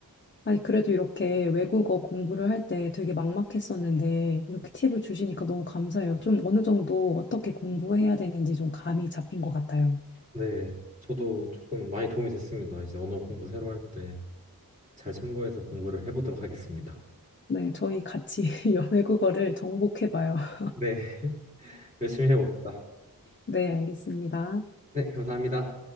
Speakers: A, on the left; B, on the right.
A: 아니, 그래도 이렇게 외국어 공부를 할 때 되게 막막했었는데, 이렇게 팁을 주시니까 너무 감사해요. 좀 어느 정도 어떻게 공부해야 되는지 좀 감이 잡힌 것 같아요.
B: 네. 저도 조금 많이 도움이 됐습니다. 이제 언어 공부 새로 할 때 잘 참고해서 공부를 해보도록 하겠습니다.
A: 네, 저희 같이 <laughs> 외국어를 정복해봐요. <laughs>
B: 네. <laughs> 열심히 해봅시다.
A: 네, 알겠습니다.
B: 네, 감사합니다.